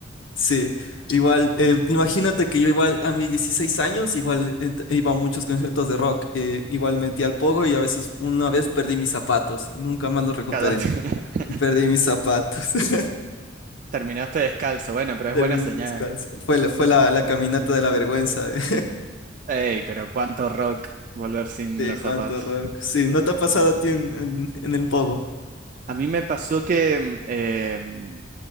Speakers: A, on the left; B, on the right.
A: Sí, igual, eh, imagínate que yo igual a mis 16 años, igual ent- iba a muchos conciertos de rock, eh, igual metí al pogo y a veces una vez perdí mis zapatos y nunca más los recuperé.
B: cagaste. <laughs>
A: Perdí mis zapatos, <laughs>
B: Terminaste descalzo, bueno, pero es
A: terminé
B: buena señal.
A: descalzo. Fue, la- fue la, la caminata de la vergüenza <laughs> de,
B: Ey, pero cuánto rock volver sin los
A: cuánto
B: zapatos.
A: rock. Sí, ¿no te ha pasado a ti en, en- en el pogo?
B: A mí me pasó que mm, eh, mm,